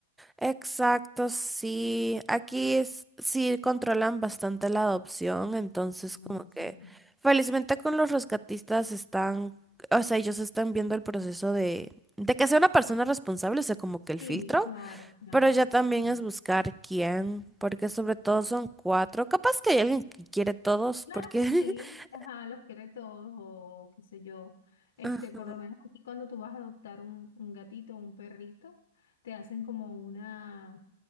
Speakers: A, in the centre; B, on the left (about 75°).
A: Exacto, sí. Aquí es- sí controlan bastante la adopción, entonces
B: Buenísimo.
A: como que felizmente con los rescatistas están, o sea, ellos están viendo el proceso de, de que sea una persona responsable, o sea, como que el
B: Sí,
A: filtro,
B: claro, claro.
A: pero ya también
B: claro.
A: es buscar quién, porque sobre todo son cuatro. Capaz que hay alguien que quiere todos,
B: Claro
A: porque...
B: que sí,
A: <laughs>
B: ajá, los quiere todos o qué sé yo. Este,
A: Ah,
B: por lo menos aquí cuando tú vas a adoptar un, un gatito o un perrito, te hacen como una,